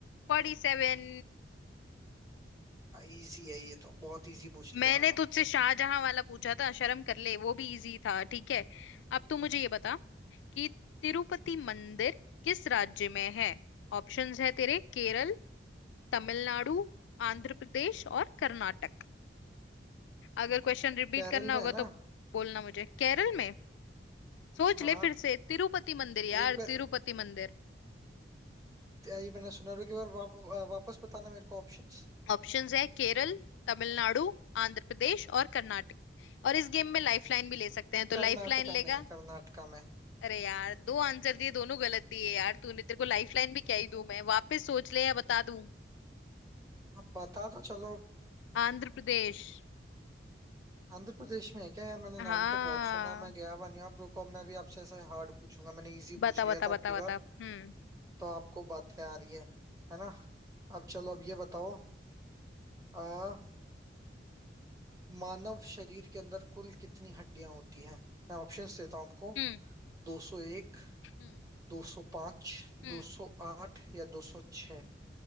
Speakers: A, on the left (about 80°); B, on the right (about 20°).
A: Forty seven
B: इजी है ये तो बहुत इजी पूछ लिया
A: मैंने
B: मैंने
A: तुझसे शाहजहां वाला पूछा था शर्म कर ले वो भी इजी था ठीक है अब तू मुझे ये बता कि तिरुपति मंदिर किस राज्य में है ऑप्शंस है तेरे केरल तमिलनाडु आंध्र प्रदेश और कर्नाटक अगर क्वेश्चन रिपीट
B: केरल
A: करना
B: में
A: होगा
B: है ना
A: तो बोलना मुझे केरल में सोच
B: हाँ
A: ले फिर से तिरुपति मंदिर यार
B: एक बार
A: तिरुपति मंदिर
B: ये मैंने सुना रुके बार वाप, वापस बताना मेरे को ऑप्शंस
A: ऑप्शंस है केरल तमिलनाडु आंध्र प्रदेश और कर्नाटक और इस गेम में लाइफलाइन भी ले सकते हैं तो
B: कर्नाटका
A: लाइफलाइन लेगा
B: में है कर्नाटका में
A: अरे यार दो आंसर दिए दोनों गलत दिए यार तूने तेरे को लाइफलाइन भी क्या ही दूं मैं वापस सोच ले या बता दूं
B: अब बता दो चलो
A: आंध्र प्रदेश
B: आंध्र प्रदेश में है क्या यार मैंने
A: हाँ
B: नाम तो बहुत सुना है मैं गया हुआ नहीं हूँ। अब रुको अब मैं भी आपसे ऐसा हार्ड पूछूंगा मैंने इजी
A: बता
B: पूछ लिया
A: बता
B: था
A: बता
B: आपकी
A: बता
B: बार
A: हम्म
B: तो आपको बातें आ रही है है ना अब चलो अब ये बताओ आ, मानव शरीर के अंदर कुल कितनी हड्डियां होती हैं मैं ऑप्शंस देता हूँ आपको
A: हम्म
B: 201
A: हम्म
B: 205 208
A: हम्म
B: या 206